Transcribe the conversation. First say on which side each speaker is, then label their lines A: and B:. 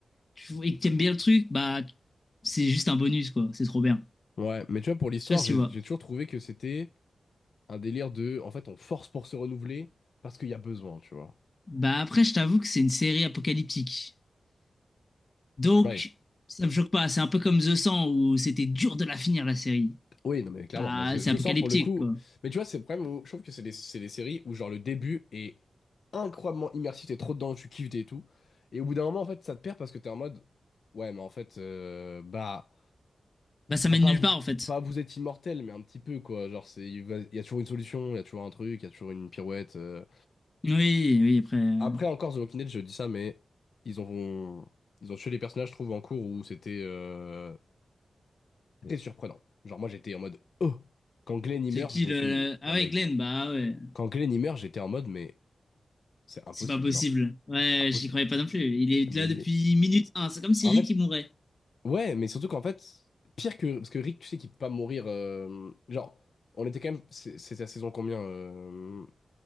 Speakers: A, on the left; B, on the left.
A: tu- et que t'aimes bien le truc, bah, c'est juste un bonus, quoi. C'est trop bien.
B: Ouais, mais tu vois pour l'histoire,
A: Je sais pas si
B: j'ai
A: tu vois.
B: j'ai toujours trouvé que c'était un délire de en fait on force pour se renouveler parce qu'il y a besoin, tu vois.
A: Bah, après, je t'avoue que c'est une série apocalyptique. Donc,
B: Ouais.
A: ça me choque pas. C'est un peu comme The 100, où c'était dur de la finir, la série.
B: Oui, non, mais clairement.
A: Bah,
B: Mais The,
A: c'est apocalyptique,
B: The 100, pour le coup.
A: quoi.
B: Mais tu vois, c'est le problème où je trouve que c'est des, c'est des séries où, genre, le début est incroyablement immersif. T'es trop dedans, tu kiffes t'es et tout. Et au bout d'un moment, en fait, ça te perd parce que t'es en mode. Ouais, mais en fait, euh, bah.
A: Bah, ça
B: ah,
A: mène
B: Pas
A: nulle
B: vous,
A: part, en fait.
B: pas vous êtes immortel, mais un petit peu, quoi. Genre, c'est, il va- il y a toujours une solution, il y a toujours un truc, il y a toujours une pirouette. euh.
A: Oui, oui, après... euh,
B: Après, encore, The Walking Dead, je dis ça, mais ils ont, ils ont tué les personnages, je trouve, en cours où c'était euh, très surprenant. Genre, moi, j'étais en mode. Oh! Quand Glenn y
A: C'est
B: meurt,
A: qui
B: je
A: le...
B: me suis
A: le-
B: dit,
A: Ah
B: non
A: ouais,
B: mais
A: Glenn, bah ouais.
B: Quand Glenn y meurt, j'étais en mode, mais c'est impossible,
A: C'est pas possible.
B: genre.
A: Ouais,
B: C'est impossible.
A: j'y croyais pas non plus. Il est
B: Mais
A: là depuis minute un. C'est comme si
B: en
A: Rick
B: fait,
A: il mourait.
B: ouais, mais surtout qu'en fait, pire que. Parce que Rick, tu sais qu'il peut pas mourir. euh, Genre, on était quand même. c'est- C'était la saison combien euh,